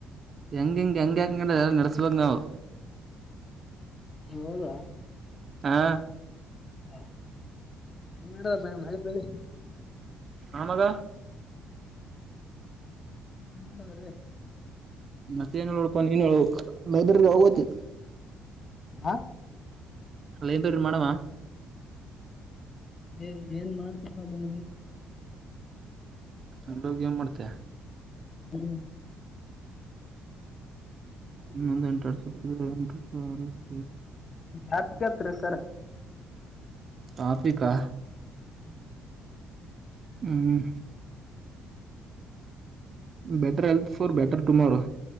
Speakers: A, on the right; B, on the left.
A: ಹೆಂಗ ಹೆಂಗ ಹೆಂಗ ಹಂಗಂಗ ಎಲ್ಲ ನಡೆಸ್ಬಕ್ ನಾವು
B: ನೀ ಹೋದ್ಯ
A: ಹಾ
B: ಹಾ ಹ ನಡ ಮಳಿ ಭಿಳಿ
A: ಆ ಮಾಗ
B: ಏನ್ ಮಾಡಿ ಹೋಗಿರಿ
A: ಮತ್ತೆ ಏನ್ಪ ಇನ್ ಲೈಬ್ರರಿ ಯಾವಾಗಹೋಗೋತಿ
B: ಹ
A: ಲೈನದೂರಿಗ ಮಾಡಮ್ಮಾ
B: ಏ ಏನ್ ಮಾಡ್ತಪ್ಪೇ
A: ಅಲ್ಲೋಗ ಏನ ಮಾಡ್ತ
B: ಹ್ಮ
A: ನ ಎಂಟಡ್ತ ಎಂಟ <unintelligible> <inaudible>
B: ಯಾಕೆ ಕೇಳತರಿ ಸರ್
A: ಟ್ರಾಫಿಕಾ
B: ಹ್ಮ್
A: ಹ್ಮ better health for better tomorrow